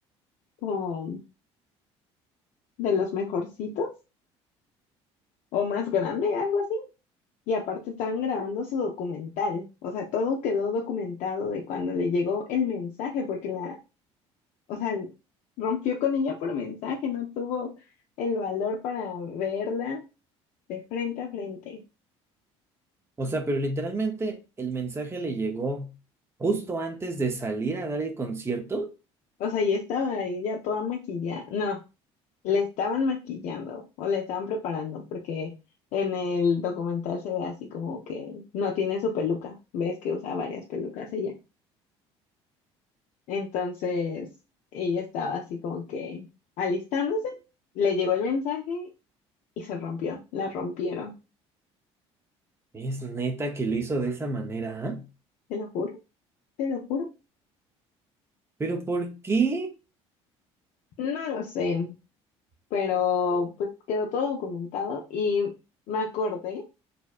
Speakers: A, on the left; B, on the right.
A: como de los mejorcitos o más grande, algo así. Y aparte estaban grabando su documental, o sea, todo quedó documentado de cuando le llegó el mensaje, porque la, o sea, rompió con ella por mensaje, no tuvo el valor para verla de frente a frente.
B: O sea, pero literalmente el mensaje le llegó justo antes de salir a dar el concierto.
A: O sea, y estaba ella toda maquillada, no, le estaban maquillando o le estaban preparando, porque en el documental se ve así como que no tiene su peluca, ves que usa varias pelucas ella. Entonces, ella estaba así como que alistándose, le llegó el mensaje y se rompió, la rompieron,
B: Es neta que lo hizo de esa manera, ¿ah?
A: te lo juro, te lo juro.
B: Pero ¿por qué?
A: No lo sé, pero pues quedó todo documentado y me acordé,